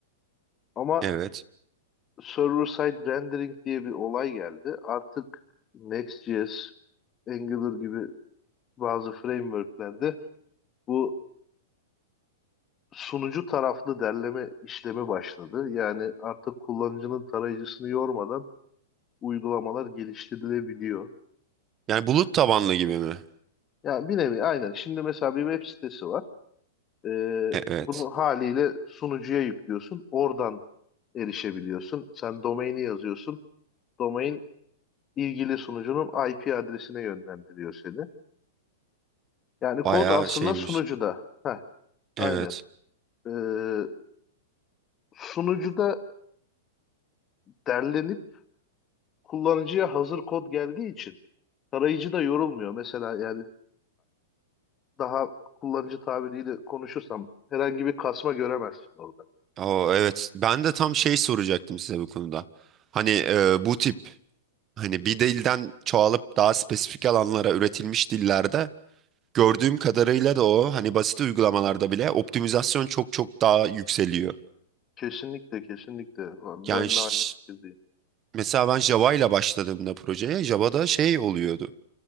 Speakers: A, on the left; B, on the right.
A: Ama
B: Evet.
A: server side rendering diye bir olay geldi. Artık Next.js, Angular gibi bazı frameworklerde bu sunucu taraflı derleme işlemi başladı. Yani artık kullanıcının tarayıcısını yormadan uygulamalar geliştirilebiliyor.
B: Yani bulut tabanlı gibi mi?
A: Yani bir nevi aynen. Şimdi mesela bir web sitesi var. Ee,
B: E- Evet.
A: bunu haliyle sunucuya yüklüyorsun. Oradan erişebiliyorsun. Sen domaini yazıyorsun. Domain ilgili sunucunun IP adresine yönlendiriyor seni. Yani kod
B: Bayağı
A: aslında
B: şeymiş.
A: sunucuda. Heh, aynen.
B: Evet.
A: Ee, sunucuda derlenip kullanıcıya hazır kod geldiği için tarayıcı da yorulmuyor. Mesela yani daha kullanıcı tabiriyle konuşursam herhangi bir kasma göremezsin orada.
B: O evet. Ben de tam şey soracaktım size bu konuda. Hani e, bu tip Hani bir dilden çoğalıp daha spesifik alanlara üretilmiş dillerde gördüğüm kadarıyla da o hani basit uygulamalarda bile optimizasyon çok çok daha yükseliyor.
A: Kesinlikle kesinlikle.
B: Yani
A: Ben
B: ş-
A: de aynı fikirdeyim.
B: mesela ben Java ile başladığımda projeye Java'da şey oluyordu.